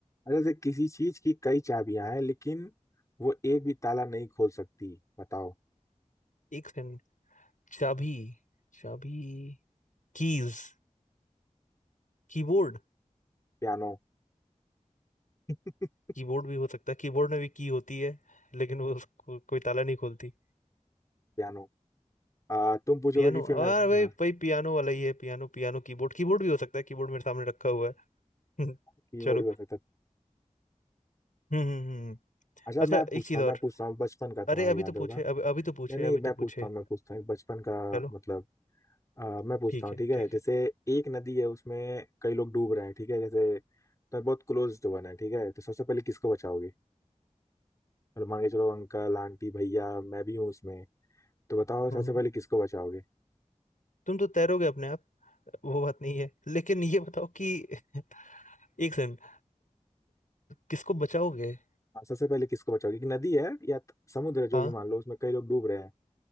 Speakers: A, on the left; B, on the left.
A: अच्छा जैसे किसी चीज की कई चाबियां हैं लेकिन वो एक भी ताला नहीं खोल सकती बताओ
B: एक सेकंड चाबी चाबी कीज कीबोर्ड
A: पियानो <laughs>
B: कीबोर्ड भी हो सकता है कीबोर्ड में भी की होती है लेकिन वो उसको कोई ताला नहीं खोलती
A: पियानो आ, तुम पूछोगे
B: पियानो
A: कि फिर
B: हाँ
A: मैं
B: भाई
A: हाँ,
B: भाई पियानो वाला ही है पियानो पियानो कीबोर्ड कीबोर्ड भी हो सकता है कीबोर्ड मेरे सामने रखा हुआ है
A: कीबोर्ड
B: <laughs> चलो
A: भी हो सकता है।
B: हम्म हम्म हम्म हम्म।
A: अच्छा
B: अच्छा
A: मैं पूछता
B: एक चीज
A: हूँ
B: और
A: मैं पूछता हूँ बचपन का तुम्हारा
B: अरे अभी
A: याद
B: तो
A: होगा
B: पूछे अभी अभी तो पूछे
A: या नहीं
B: अभी
A: मैं
B: तो पूछे
A: पूछता हूँ मैं पूछता हूँ बचपन का
B: चलो
A: मतलब आ, मैं पूछता
B: ठीक
A: हूँ
B: है
A: ठीक है
B: ठीक
A: जैसे
B: है
A: एक नदी है उसमें कई लोग डूब रहे हैं ठीक है जैसे तो बहुत क्लोज वन है ठीक है तो सबसे पहले किसको बचाओगे मतलब मान के चलो अंकल आंटी भैया मैं भी हूँ उसमें तो बताओ सबसे
B: हम्म हम्म।
A: पहले किसको बचाओगे
B: तुम तो तैरोगे अपने आप वो बात नहीं है लेकिन ये बताओ कि <laughs> एक सेकंड किसको बचाओगे
A: हाँ, सबसे पहले किसको बचाओगे एक नदी है या त- समुद्र है, जो
B: हाँ
A: भी मान लो उसमें कई लोग डूब रहे हैं